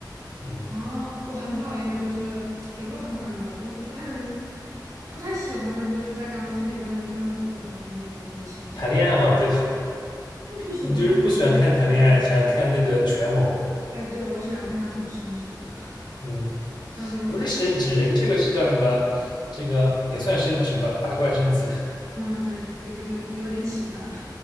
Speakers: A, on the left (about 70°); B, on the right (about 45°).
A: 嗯，
B: 哦，我很讨厌的，就是 <tsk> 也不是很讨厌吧，我就是不太能，不太喜欢的，就是在甘露寺那一段，就是跟果郡王的那些那些情节，
A: 谈恋爱嘛，对吧？
B: 就不喜欢看这个。
A: 你就是不喜欢看谈恋爱，喜欢看那个权谋。
B: 哎，对，我喜欢看他怎么升职的，<laughs>
A: 嗯。
B: 希望给我这个，
A: 不是升职，人这个是叫什么？这个也算升职吧，打怪升级。
B: 嗯，对，给给给我给我点启发。